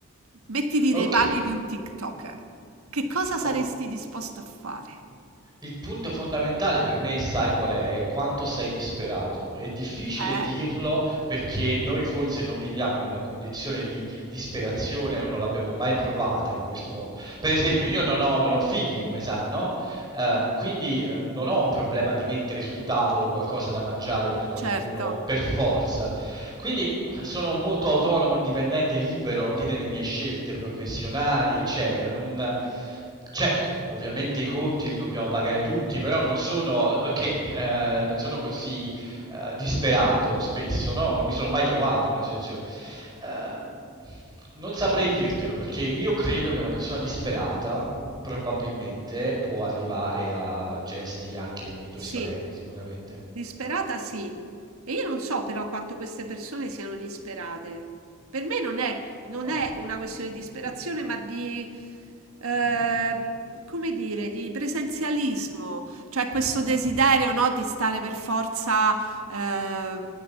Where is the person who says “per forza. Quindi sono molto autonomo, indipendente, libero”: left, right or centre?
Right